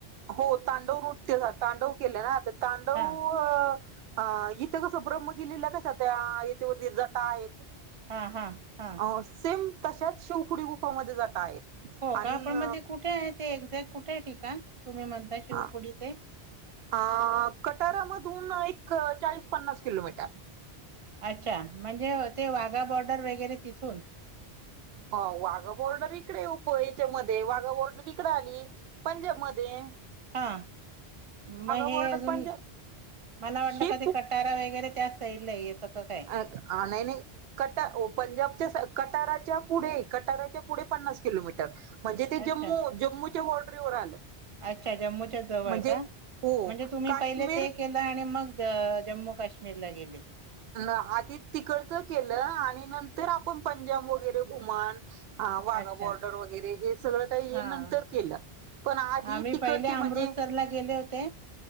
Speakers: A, on the right; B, on the right.
A: हो, तांडव नृत्य तांडव केले ना आता तांडव
B: हा
A: अ इथे कसं ब्रम्ह गिलेलं कशा त्या याच्यावरती जटा आहेत.
B: हा हा हा.
A: अ सेम तशाच शेवकुडी गुफामध्ये जाता आहेत..
B: हो
A: आणि
B: का, पण मग ते कुठे आहे ते एक्झॅक्ट कुठे आहे ठिकाण? तुम्ही म्हणता शिवपुरी
A: हा
B: ते
A: अ कटारामधून एक. चाळीस पन्नास किलोमीटर.
B: अच्छा! म्हणजे ते वाघा बॉर्डर वगैरे तिथून.
A: ह वाघा बर्डर इकडे उप याच्या मध्ये वाघा बोर्डर इकड आली पंजाब मध्ये.
B: हा. मग हे
A: बॉर्डर
B: अजून
A: पंजाब
B: मला वाटलं
A: ही
B: का ते कटारा वगैरे त्या साईडला येतं का काय
A: अ नाही-नाही कट पंजाबच्या कटारात पुढे कटारच्या पुढे पन्नास किलोमीटर, म्हणजे ते जम्मू
B: अच्छा
A: जम्मूच्या बॉर्डरीवर आलं.
B: अच्छा जम्मूच्या जवळ
A: म्हणजे
B: का
A: हो
B: म्हणजे तुम्ही
A: काश्मीर
B: पहिले ते केलं आणि मग जम्मू काश्मीरला गेली.
A: आधी तिकडचं केलं आणि नंतर आपण पंजाब वगैरे घुमन हा वाघा
B: अच्छा
A: बॉर्डर वगैरे, हे सगळं काही ये
B: हां
A: नंतर केलं. पण आधी
B: आम्ही
A: तिकडचे
B: पहिले अमृतसरला
A: म्हणजे
B: गेले होते,